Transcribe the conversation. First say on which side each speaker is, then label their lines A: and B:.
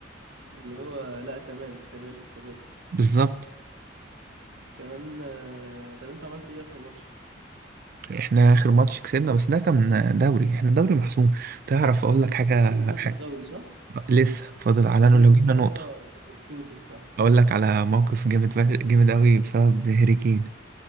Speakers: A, on the right; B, on the right.
A: اللي هو لا تمام استمر استمر
B: بالظبط
A: كمان آه، طب انت عملت ايه اخر ماتش؟
B: احنا اخر ماتش كسبنا بس ده كان دوري احنا دوري محسوم تعرف اقول لك
A: انت
B: حاجه
A: لسه وخدت
B: حاجة.
A: الدوري صح؟
B: لسه فاضل على لو
A: لسه
B: جبنا
A: اه
B: نقطه
A: ليفركوزن صح؟
B: اقول لك على موقف جامد فش- جامد قوي بسبب هيري كين